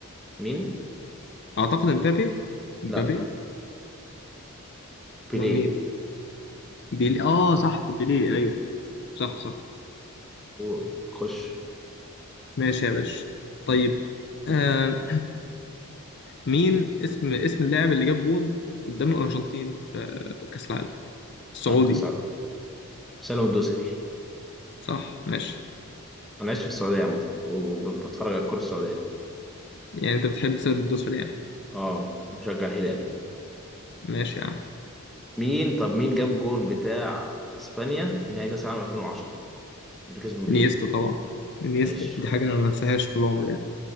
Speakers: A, in the centre; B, on the left.
A: مين
B: أعتقد مبابي مبابي
A: لا بيليه
B: أمال مين؟ بيلي آه صح بيلي أيوه صح صح
A: قول خش
B: ماشي يا باشا طيب آه مين اسم اسم اللاعب اللي جاب جون قدام الأرجنتين في كأس العالم السعودي
A: انقص عليه سالم الدوسري
B: صح ماشي
A: انا عايش في السعوديه عامه وبتفرج على الكره السعوديه
B: يعني انت بتحب سبب الدوسر يعني
A: اه بشجع الهلال
B: ماشي يا عم
A: مين طب مين جاب جون بتاع اسبانيا في نهائي كاس العالم 2010 اللي كسبوا بيه
B: انيستا طبعا انيستا
A: ماشي
B: دي حاجة انا ما انساهاش طول عمري يعني